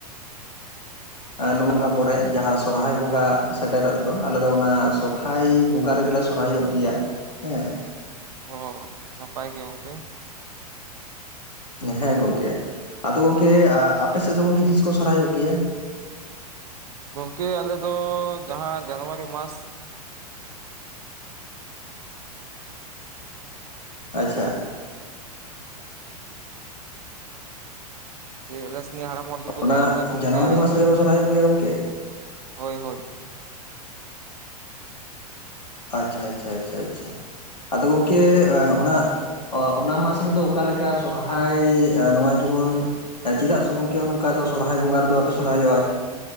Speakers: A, on the left; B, on the right.
A: ᱱᱚᱸᱜᱟ ᱯᱚᱨᱮ ᱡᱟᱦᱟᱸ ᱥᱚᱨᱦᱟᱭ ᱵᱚᱸᱜᱟ ᱥᱮᱴᱮᱨᱚᱜ ᱫᱚ ᱟᱞᱮᱚ ᱚᱱᱟ ᱥᱚᱨᱦᱟᱭ ᱵᱚᱸᱜᱟ ᱨᱮᱜᱮ ᱞᱮ ᱥᱚᱨᱦᱟᱭᱚᱜ ᱜᱮᱭᱟ ᱦᱮᱸ᱾
B: ᱚ ᱱᱟᱯᱟᱭ ᱜᱮ ᱜᱚᱝᱠᱮ᱾
A: ᱦᱮᱸ ᱜᱚᱝᱠᱮ ᱟᱫᱚ ᱜᱚᱝᱠᱮ ᱟᱯᱮ ᱥᱮᱫ ᱫᱚ ᱜᱚᱝᱠᱮ ᱛᱤᱥ ᱠᱚ ᱥᱚᱨᱦᱟᱭᱚᱜ ᱜᱮᱭᱟ?
B: ᱜᱚᱢᱠᱮ ᱟᱞᱮ ᱫᱚ ᱡᱟᱦᱟᱸ ᱡᱟᱱᱩᱣᱟᱨᱤ ᱢᱟᱥ
A: ᱟᱪᱪᱷᱟ ᱾
B: ᱡᱮ ᱟᱞᱮ ᱥᱮᱱᱤᱡᱱ ᱦᱟᱲᱟᱢ ᱦᱚᱲ ᱫᱚᱠᱚ
A: ᱚᱱᱟ
B: ᱞᱟᱹᱭᱟ ᱵᱚᱞᱮ ᱜᱚᱝᱠᱮ
A: ᱡᱟᱱᱩᱣᱟᱨᱤ ᱢᱟᱥ ᱨᱮᱜᱮ ᱯᱮ ᱥᱚᱨᱦᱟᱭᱚᱜ ᱜᱮᱭᱟ ᱜᱚᱝᱠᱮ?
B: ᱦᱳᱭ ᱦᱳᱭ
A: ᱟᱪᱪᱷᱟ ᱟᱪᱪᱷᱟ ᱟᱪᱪᱷᱟ ᱟᱪᱷᱟ ᱟᱫᱚ ᱜᱚᱝᱠᱮ ᱚᱱᱟ ᱚᱱᱟ ᱢᱟᱥ ᱨᱮᱫᱚ ᱚᱠᱟ ᱞᱮᱠᱟ ᱥᱚᱨᱦᱟᱭ ᱱᱚᱣᱟ ᱡᱮᱢᱚᱱ ᱪᱮᱫᱟᱜ ᱥᱮ ᱜᱚᱝᱠᱮ ᱱᱚᱝᱠᱟ ᱫᱚ ᱥᱚᱨᱦᱟᱭ ᱵᱚᱸᱜᱟ ᱨᱮᱫᱚ ᱵᱟᱯᱮ ᱥᱚᱨᱦᱟᱭᱚᱜᱼᱟ